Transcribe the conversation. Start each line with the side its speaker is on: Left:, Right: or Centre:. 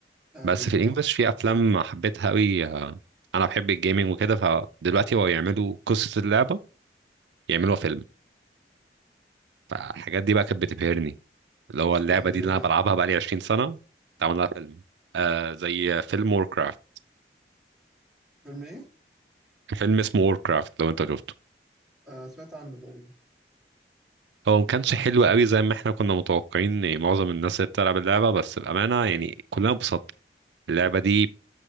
Centre: ايوه
Right: بس في الانجليش
Centre: فاهم.
Right: في افلام حبيتها قوي آه، انا بحب الجيمنج وكده فدلوقتي هو يعملوا قصه اللعبه يعملوها فيلم فالحاجات دي بقى كانت بتبهرني اللي هو
Centre: زي
Right: اللعبه
Centre: ايه؟
Right: دي اللي انا بلعبها بقالي 20 سنه اتعمل لها فيلم آه زي فيلم ووركرافت
Centre: فيلم ايه؟
Right: فيلم اسمه ووركرافت لو انت شفته
Centre: آه سمعت عنه تقريبا
Right: هو ما كانش حلو قوي زي ما احنا كنا متوقعين يعني معظم الناس اللي بتلعب اللعبة بس الأمانة يعني كلنا انبسطنا اللعبة دي